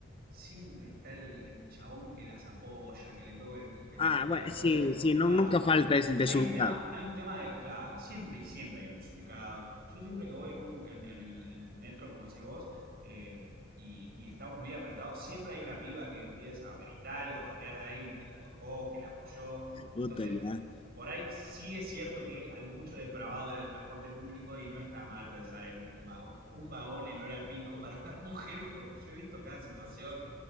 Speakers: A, on the right; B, on the left.
A: siempre está el, el chabón que las apoya, que le toca el- que
B: Ah,
A: te toca
B: bueno,
A: la
B: sí,
A: cola del costado.
B: sí, no, nunca falta
A: O sea,
B: es el desubicado.
A: hay un tema, hay un tema de, claro, siempre y siempre hay un desubicado. Yo siempre que voy en un, en, en el, en el metro, como decís vos, eh, y, y estamos muy apretados, siempre hay una piba que empieza a gritar y a bardear a alguien que la tocó, que la apoyó.
B: Puta,
A: Entonces,
B: ya.
A: por ahí sí es cierto que hay mucho depravado en el transporte público y no está mal pensar en un vagón, un vagón en hora pico para las <laughs> mujeres, porque yo he visto cada situación